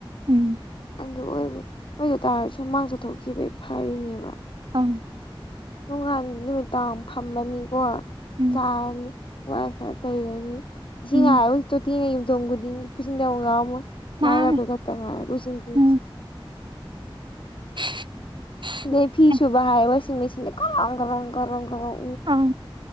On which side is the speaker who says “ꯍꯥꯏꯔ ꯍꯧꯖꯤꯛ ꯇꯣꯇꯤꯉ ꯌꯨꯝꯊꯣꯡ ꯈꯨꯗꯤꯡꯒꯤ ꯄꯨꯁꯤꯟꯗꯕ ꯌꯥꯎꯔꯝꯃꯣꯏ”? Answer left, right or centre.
Left